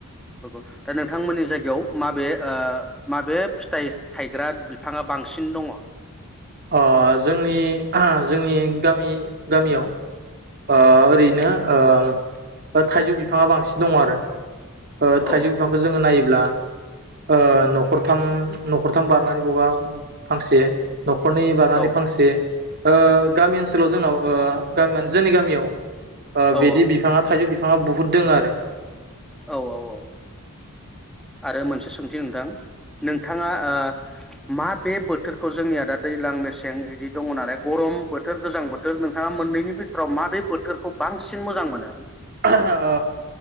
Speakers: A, in the centre; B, on the right.
A: औ दा नोंथांमोननि जायगायाव माबे ओ माबे फिथाइ थायग्रा बिफांङा बांसिन दंङ
B: अ जोंनि ओह जोंनि गामि गामियाव ओ
A: औ
B: ओरैनो ओ बा थाइजौ बि बिफांङा बांसिन दङ आरो ओ
A: औ
B: थाइजौ बिफांखौ जोंङो नायोब्ला ओ नखरथाम नखरथाम बारनानै बबा फांसे नखरनि बारानि
A: औ
B: फांसे ओ गामि ओनसोलाव जोंनाव ओ गामि माने जोंनि गामियाव
A: औ
B: ओ बिदि बिफांङा थाइजौ बि बिफांङा बुहुद दोंङो आरो
A: औ औ औ आरो मोनसे सों नोंथां-नोंथाङा ओ मा बे बोथोरखौ जोंनिया दा दैज्लां मेसें बिदि दङ नालाय गरम बोथोर गोजां बोथोर नोंथाङा मोननैनि बिथोराव माबे बोथोरखौ बांसिन मोजां मोनो।
B: ओ